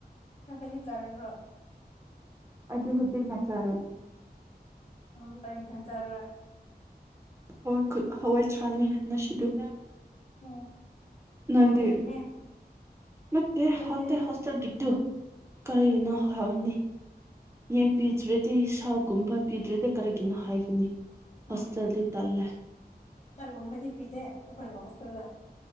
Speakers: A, on the left (about 45°); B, on the right (about 15°).
A: ꯅꯪ ꯀꯔꯤ ꯇꯧꯔꯤꯕ꯭ꯔꯣ
B: ꯑꯗꯨ ꯍꯗꯒ ꯃꯆꯥꯥꯔꯦ
A: ꯎꯝ ꯀꯔꯤ ꯏꯟꯖꯥꯡ ꯆꯅꯔ
B: ꯍꯋꯥ ꯍꯋꯥꯏ ꯊ꯭ꯔꯥꯅ ꯁꯤꯗ
A: ꯎꯝ
B: ꯅꯟꯗꯤ
A: ꯍꯥꯎꯒꯅꯤꯍꯦ
B: ꯅꯠꯇꯦ
A: ꯑꯩꯈꯣꯏꯗꯤ
B: ꯍꯠꯇꯦ ꯆꯀꯤꯠꯇꯨ ꯀꯔꯤꯅꯣ ꯍꯥꯏꯅꯤ ꯌꯦꯟ ꯄꯗ꯭ꯔꯗꯤ ꯁꯥꯒꯨꯝꯕ ꯄꯤꯗ꯭ꯔꯗꯤ ꯀꯔꯤꯒꯤꯅꯣ ꯍꯥꯏꯒꯅꯤ ꯍꯣꯁꯇꯦꯜꯗꯤ
A: ꯑ
B: ꯇꯜꯂꯦ
A: ꯆꯒꯨꯝꯕꯗꯤ ꯄꯤꯗꯦ ꯑꯩꯈꯣꯏ ꯍꯣꯇꯨꯜꯗ